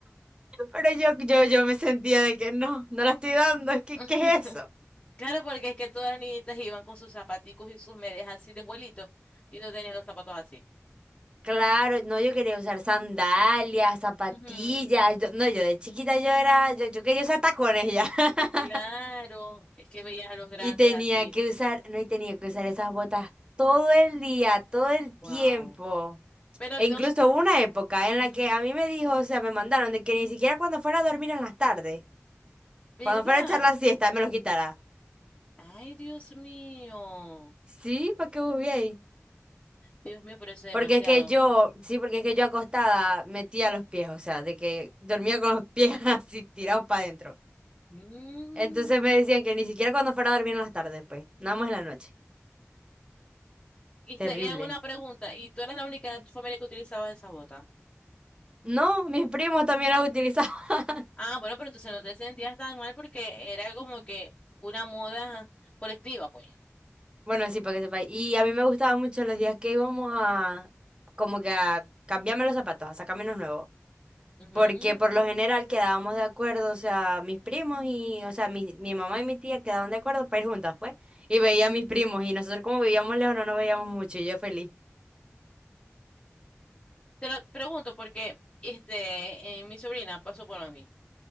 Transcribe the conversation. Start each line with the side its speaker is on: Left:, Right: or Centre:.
Right: Pero yo, yo, yo me sentía de que no, no la estoy dando, es que,
Left: <laughs>
Right: ¿qué es eso?
Left: Claro, porque es que todas las niñitas iban con sus zapaticos y sus medias así de vuelito y no tenían los zapatos así.
Right: Claro, no, yo quería usar sandalias, zapatillas.
Left: Ujú,
Right: yo- no, yo de chiquita yo era, yo, yo quería usar tacones ya. <laughs>
Left: Claro, es que veías a los grandes
Right: Y tenía
Left: así.
Right: que usar, no, y tenía que usar esas botas todo el día, todo el
Left: Wow.
Right: tiempo.
Left: Pero
Right: E incluso
Left: los,
Right: hubo una época en la
Left: ujú,
Right: que a mí me dijo, o sea, me mandaron de que ni siquiera cuando fuera a dormir en las tardes,
Left: ¿verdad?
Right: cuando fuera a echar la siesta, me los quitara.
Left: Ay, Dios mío.
Right: Sí, ¿para qué vos ahí?
Left: Dios mío, pero eso es
Right: Porque
Left: demasiado.
Right: es que yo, sí, porque es que yo acostada metía los pies, o sea, de que dormía con los pies <laughs> así tirados para adentro.
Left: Mm.
Right: Entonces me decían que ni siquiera cuando fuera a dormir en las tardes, pues, nada más en la noche.
Left: Y, te-
Right: Terrible.
Left: y hago una pregunta. ¿Y tú eras la única de tu familia que utilizaba esa bota?
Right: No, mis primos también las utilizaban. <laughs>
Left: Ah, bueno, pero entonces no te sentías tan mal porque era como que una moda colectiva, pues.
Right: Bueno, sí, para que sepáis. Y a mí me gustaban mucho los días que íbamos a, como que a cambiarme los zapatos, a sacarme los nuevos.
Left: Ujú.
Right: Porque por lo general quedábamos de acuerdo, o sea, mis primos y, o sea, mi, mi mamá y mi tía quedaban de acuerdo para ir juntas, pues. Y veía a mis primos y nosotros como vivíamos lejos no nos veíamos mucho y yo feliz.
Left: Te lo pregunto porque este, eh, mi sobrina pasó por lo mismo.